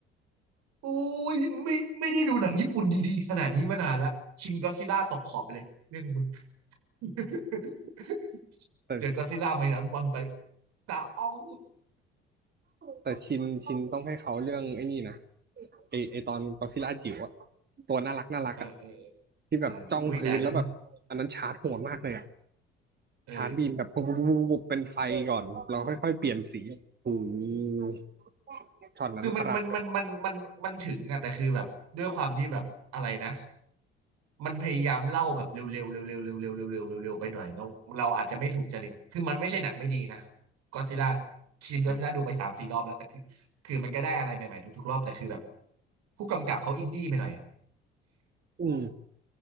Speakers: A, on the right; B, on the right.
A: โอ้ยไม่ไม่ได้ดูหนังญี่ปุ่นดีๆขนาดนี้มานานละชินก็ซิล่าตกขอบไปเลยเรื่องมึง <laughs>
B: แต่
A: เดี๋ยวก็ซิล่าไมนัสวันไปตาอ้อง
B: แต่ชินชินต้องให้เขาเรื่องไอ้นี่นะไอไอตอนกอซิลล่าจิ๋วอะตัวน่ารักน่ารักอะ
A: เออ
B: ที่แบบจ้องพื้นแล้วแบบอันนั้นชาร์จโหดมากเลยอะ
A: เอออุ้ยแต่อันนั้นเออ
B: ชาร์จบีมแบบปุ๊บปุ๊บปุ๊บปุ๊บเป็นไฟก่อนเราค่อยๆเปลี่ยนสีโอ้โหช็อตนั้นประหลาดเลย
A: คือมันมันมันมันมันมันถึงอะแต่คือแบบด้วยความที่แบบอะไรนะ มันพยายามเล่าแบบเร็วๆเร็วๆเร็วๆเร็วๆเร็วๆเร็วๆเร็วๆไปหน่อยเราเราอาจจะไม่ถูกจริตคือมันไม่ใช่หนังไม่ดีนะก็ซิล่าชินก็ซิล่าดูไปสามสี่รอบแล้วแต่คือคือมันก็ได้อะไรใหม่ๆทุกๆรอบแต่คือแบบ
B: ใช่
A: ผู้กำกับเขาอินดี้ไปหน่อย
B: อืม